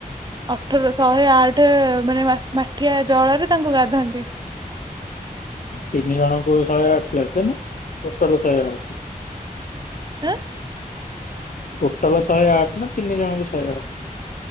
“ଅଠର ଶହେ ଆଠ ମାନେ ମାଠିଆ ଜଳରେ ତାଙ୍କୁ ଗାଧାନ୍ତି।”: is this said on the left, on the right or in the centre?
Right